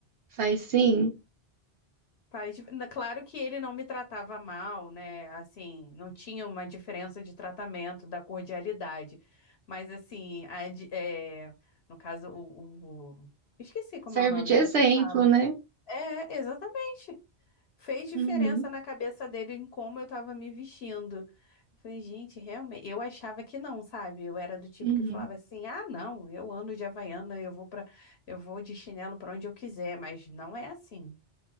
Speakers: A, on the right; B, on the left.
A: faz sim.
B: Faz dif- na- Claro que ele não me tratava mal, né? Assim, não tinha uma diferença de tratamento, da cordialidade. Mas, assim, a di- é, no caso, o, o- Esqueci como
A: Serve
B: é o nome
A: de exemplo,
B: que se fala.
A: né?
B: É, exatamente. Fez diferença
A: Uhum,
B: na cabeça dele em como eu tava me vestindo. Eu falei, gente, realmente. Eu achava que não, sabe? Eu era do tipo
A: uhum.
B: que falava assim: ah, não, eu ando de Havaiana, eu vou para, eu vou de chinelo pra onde eu quiser, mas não é assim.